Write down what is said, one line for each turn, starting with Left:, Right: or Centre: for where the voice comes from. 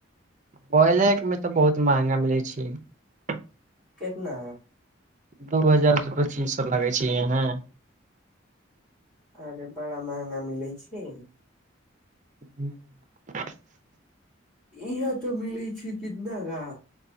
Right: ब्रॉयलर मे तऽ बहुत महंगा मिलै छै। <unintelligible>
Centre: कितना?
Right: दू हजार सँ पच्चीस‌‌ सौ लागै छै यहाँ।
Centre: अरे बड़ा महँगा मिलै छै।
Right: <unintelligible>
Centre: इहाँ तऽ मिलै छै कितना गा?